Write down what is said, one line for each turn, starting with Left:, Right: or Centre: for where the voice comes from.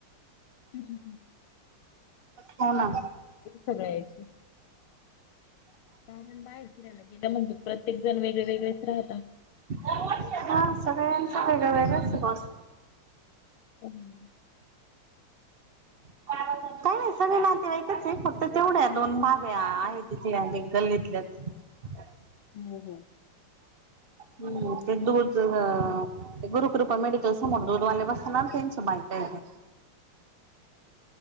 Left: हम हम हम.
Right: हाव ना.
Left: सगळ्याची काय अजुन बाहेर फिरायला गेलं म्हणजे प्रत्येक जण वेगळे वेगळेच राहता.
Right: हां सगळ्यांचा वेगळा वेगळाच स्वभाव अस्
Left: हम्.
Right: <unintelligible> काय नाय सगळे नातेवाईकचेत फक्त तेवढ्या दोन भाभ्या आहेत ईथल्या देक गल्लीतल्याच. <inaudible>
Left: <unintelligible>
Right: हुं ते दुध व ते गुरकृपामधे ते समोर दूधवाले बसताना त्यांच्या बायकाय ते. <inaudible>